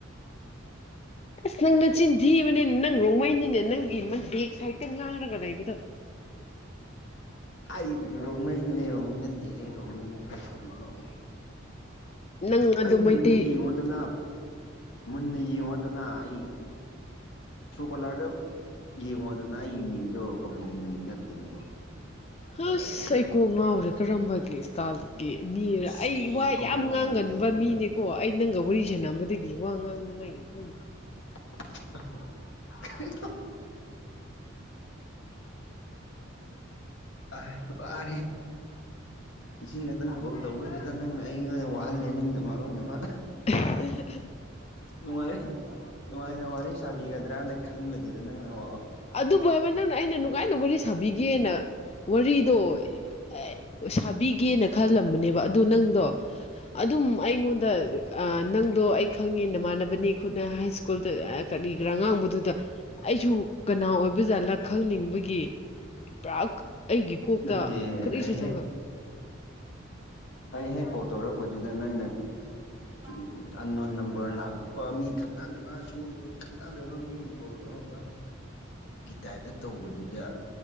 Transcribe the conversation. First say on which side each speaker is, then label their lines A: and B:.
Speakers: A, on the left; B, on the left.
A: ꯑꯁ ꯅꯪ ꯅꯆꯤꯟ ꯊꯤꯕꯅꯤꯅꯦ ꯅꯪ ꯔꯣꯡꯃꯩꯅꯤꯅꯦ ꯅꯪꯒꯤ ꯕꯦꯛ ꯁꯥꯏꯠꯇ ꯉꯥꯡꯔꯒ ꯂꯩꯕꯗꯣ
B: ꯑꯣꯝ ꯃ ꯑꯩ ꯔꯣꯡꯃꯩꯅꯣꯏ ꯔꯣꯡꯃꯩ ꯅꯠꯇꯦ ꯔꯣꯡꯃꯩ ꯅꯠꯇꯦ ꯑꯗꯨ ꯅꯠꯇꯦ
A: ꯅꯪ ꯑꯗꯨ
B: ꯑꯩ
A: ꯃꯩꯇꯩ
B: ꯃꯤꯡꯗꯨ ꯌꯦꯡꯉꯣꯗꯅ ꯃꯨꯟꯅ ꯌꯦꯡꯉꯣꯗꯅ ꯑꯩ ꯊ꯭ꯔꯨ ꯀꯣꯂꯔꯗ ꯌꯦꯡꯉꯣꯗꯅ ꯑꯩꯒꯤ ꯃꯤꯡꯗ ꯑꯣꯏꯔꯣ ꯀꯕꯨꯏꯒꯤ ꯃꯤꯡ ꯅꯠꯇꯦꯅꯦ ꯀꯥꯏꯅꯣ
A: ꯑꯁ ꯑꯩ ꯀꯣ ꯉꯥꯎꯔꯦ ꯀꯔꯝꯕꯒꯤ ꯏꯁꯇꯥꯏꯜꯒꯤ ꯃꯤꯔ
B: ꯑꯁ
A: ꯑꯩ
B: ꯀꯩ
A: ꯋꯥ
B: ꯀꯣꯛ
A: ꯌꯥꯝ
B: ꯉꯥꯎꯅ
A: ꯉꯥꯡꯒꯟꯕ
B: ꯂꯩꯔꯤꯅꯣ
A: ꯃꯤꯅꯤ ꯀꯣ ꯑꯩ ꯅꯪꯒ ꯋꯥꯔꯤ ꯁꯅꯝꯕꯗꯒꯤ ꯋꯥ ꯉꯥꯡꯅꯉꯥꯏꯒꯤ ꯈꯪꯕ꯭ꯔ
B: <unintelligible> ꯑ ꯑ ꯉ ꯈꯛꯇꯪ ꯀꯣ ꯇꯧꯕꯗꯨꯗ ꯅꯪꯅ ꯑꯩꯉꯣꯟ ꯑꯣꯏꯅ ꯋꯥꯍꯜꯂꯦ ꯅꯪꯅ ꯃꯔꯣꯟ ꯑꯃ
A: <unintelligible>
B: ꯅꯨꯡꯉꯥꯏ ꯅꯨꯡꯉꯥꯏꯅ ꯋꯥꯔꯤ ꯁꯥꯕꯤꯒꯗ꯭ꯔꯅ ꯈꯟꯕꯗꯨꯗ ꯅꯪꯅꯠ
A: ꯑꯗꯨꯕꯨ ꯍꯥꯏꯕ ꯅꯪꯅ ꯑꯩꯅ ꯅꯨꯡꯉꯥꯏꯅ ꯋꯥꯔꯤ ꯁꯥꯕꯤꯒꯦꯅ ꯋꯥꯔꯤꯗꯣ ꯑꯦ ꯁꯥꯕꯤꯒꯦꯅ ꯈꯜꯂꯝꯕꯅꯦꯕ ꯑꯗꯨꯗ ꯅꯪꯗꯣ ꯑꯗꯨꯝ ꯑꯩꯉꯣꯟꯗ ꯅꯪ ꯑꯗꯣ ꯑꯩ ꯈꯪꯉꯤ ꯅꯃꯥꯟꯅꯕꯅꯤ ꯈꯨꯠꯅ ꯍꯥꯏ ꯁ꯭ꯀꯨꯜꯗ ꯀꯠꯂꯤꯒ꯭ꯔꯥ ꯑ ꯉꯥꯡꯕꯗꯨꯗ ꯑꯩꯁꯨ ꯀꯅꯥ ꯑꯣꯏꯕ ꯖꯥꯠꯂꯥ ꯈꯪꯅꯤꯡꯕꯒꯤ ꯄꯨꯔꯥ ꯑꯩꯒꯤ ꯀꯣꯛꯇ
B: ꯅꯠꯇꯦ
A: ꯀꯔꯤꯁꯨ
B: ꯑꯩ ꯍꯦꯛ
A: ꯊꯝꯂꯛ
B: ꯑꯩ ꯍꯦꯛ ꯀꯣꯜ ꯇꯧꯔꯛꯄꯗꯨꯗ ꯅꯪꯅ ꯁꯨꯝ ꯑꯟꯣꯟ ꯅꯝꯕꯔ ꯂꯥꯛꯄ ꯃꯤ ꯈꯪꯅꯗꯕ ꯁꯨꯝ ꯈꯪꯅꯗꯕ ꯃꯤ ꯣ ꯇꯧꯔꯛꯄ ꯒꯤ ꯇꯥꯏꯞꯇ ꯇꯧꯕꯗꯨꯗ